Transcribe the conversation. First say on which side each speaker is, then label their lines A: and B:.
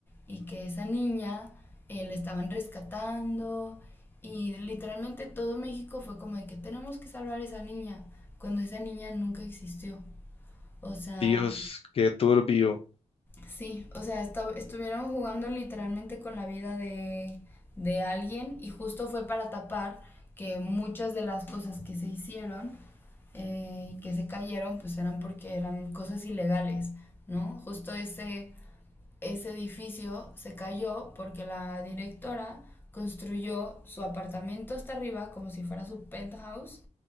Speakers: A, on the left; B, on the left.
A: y que esa niña eh, la estaban rescatando y literalmente todo México fue como de que tenemos que salvar a esa niña cuando esa niña nunca existió. O sea,
B: Dios, qué turbio.
A: Sí, o sea, esta- estuvieron jugando literalmente con la vida de, de alguien y justo fue para tapar que muchas de las cosas que se hicieron eh, y que se cayeron pues eran porque eran cosas ilegales, ¿no? Justo ese, ese edificio se cayó porque la directora construyó su apartamento hasta arriba como si fuera su penthouse